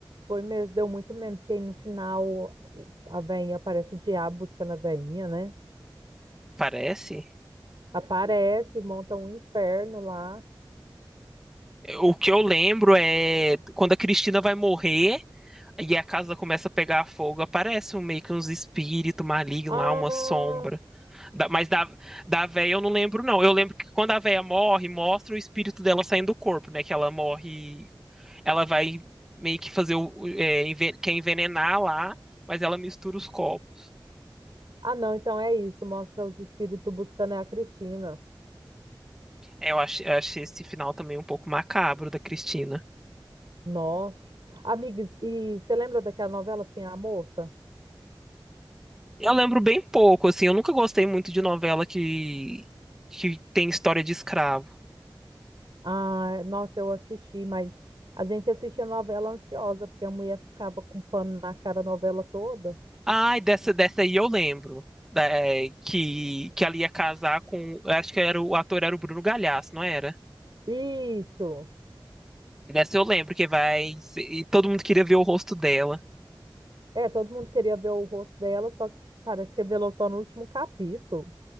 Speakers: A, on the right; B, in the centre.
A: Foi mesmo, deu muito mesmo, porque aí no final a veinha aparece o diabo buscando a veinha, né?
B: parece.
A: Aparece, monta um inferno lá.
B: O que eu lembro é quando a Cristina vai morrer e a casa começa a pegar fogo, aparece um, meio que uns espíritos malignos
A: Ah,
B: lá, uma sombra. Da- mas da, da véia eu não lembro, não. Eu lembro que quando a véia morre, mostra o espírito dela saindo do corpo, né, que ela morre, ela vai meio que fazer o, o- é, enven- quer envenenar lá, mas ela mistura os corpos.
A: ah, não, então é isso. Mostra os espíritos buscando a Cristina.
B: É, Eu achei, eu achei esse final também um pouco macabro da Cristina.
A: Nossa. Amigas, e você lembra daquela novela assim, a moça?
B: Eu lembro bem pouco, assim, eu nunca gostei muito de novela que, que tem história de escravo.
A: Ah, nossa, eu assisti, mas a gente assistia novela ansiosa, porque a mulher ficava com pano na cara a novela toda.
B: Ai, dessa, dessa aí eu lembro. da- é, que, que ela ia casar com. eu Acho que era, o o ator era o Bruno Galhaço, não era?
A: Isso.
B: Dessa eu lembro que vai. E todo mundo queria ver o rosto dela.
A: É, todo mundo queria ver o rosto dela, só que parece que revelou só no último capítulo.